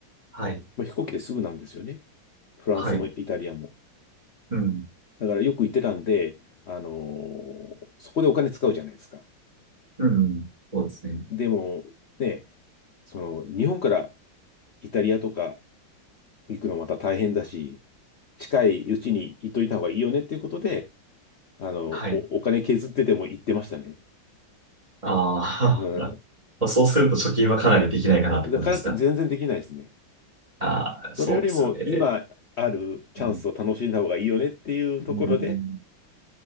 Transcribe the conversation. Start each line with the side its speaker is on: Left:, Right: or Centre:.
Right: はい。
Left: まあ、飛行機ですぐなんですよね。フランスもイタリアも。
Right: はい。うん。
Left: だからよく行ってたんで、あの、そこでお金使うじゃないですか。
Right: うん。そうですね。
Left: でも、ね、その、日本からイタリアとか行くのまた大変だし、近いうちに行っといた方がいいよねっていうことで、あの、
Right: はい。
Left: お、お金削ってでも行ってましたね。
Right: ああ、
Left: うん。
Right: <laughs> まあそうすると貯金はかなりできないかなって感じですか。
Left: だから全然できないですね。
Right: ああ、
Left: それよりも今あるチャンスを楽しんだ方がいいよねっていうところで、
Right: そうですよね。うん。うん